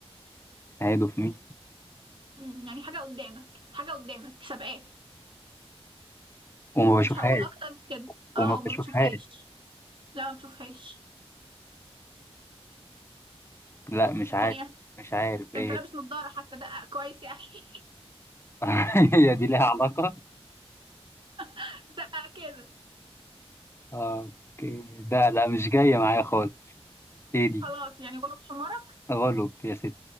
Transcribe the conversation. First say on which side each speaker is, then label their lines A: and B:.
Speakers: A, on the left; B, on the right.
A: هيدو في مين
B: مم، يعني حاجة قدامك حاجة قدامك سابقاك
A: وما بشوفهاش
B: مش هقول اكتر من كده
A: وما
B: اه ما
A: بشوفهاش
B: بتشوفهاش لا ما بتشوفهاش
A: لا مش
B: ايه
A: عارف
B: هي
A: مش عارف
B: ده
A: إيه
B: انت لابس نضارة حتى دقق كويس يا اخي
A: <laughs> هي دي ليها علاقة
B: <laughs> دقق كده
A: آه، أوكي ده لا مش جاية معايا خالص إيه دي
B: خلاص يعني غلب حمارك
A: غلب يا ستي